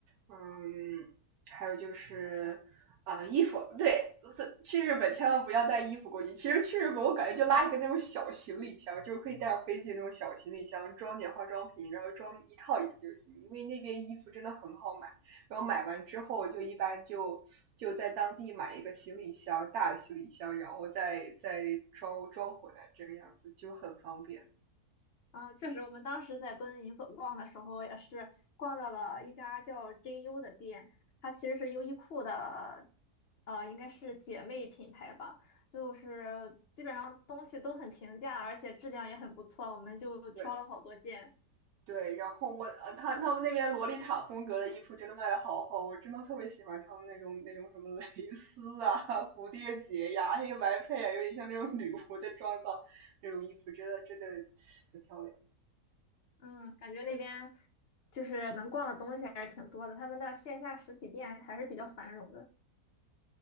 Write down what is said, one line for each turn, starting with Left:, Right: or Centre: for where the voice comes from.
Right: 嗯，还有就是啊呃衣服，对，是去日本千万不要带衣服过去。其实去日本我感觉就拉一个那种小行李箱，就是可以带上飞机那种小行李箱，装点化妆品，然后装一套衣服就行，因为那边衣服真的很好买。然后买完之后，就一般就就在当地买一个行李箱，大的行李箱，然后再再装装回来，这个样子就很方便。
Left: 啊，确实，我们当时在敦银所逛的时候，也是逛到了一家叫 JU 的店，它其实是优衣库的，呃，应该是姐妹品牌吧，就是基本上东西都很平价，而且质量也很不错，我们就挑了好多件，
Right: 对对，然后我呃，他他们那边洛丽塔风格的衣服真的卖的好好，我真的特别喜欢他们那种那种什么蕾丝啊、蝴蝶结呀、黑白配啊，有点像那种女仆的妆造，那种衣服真的真的很漂亮。
Left: 嗯，感觉那边就是能逛的东西还是挺多的，他们的线下实体店还是比较繁荣的。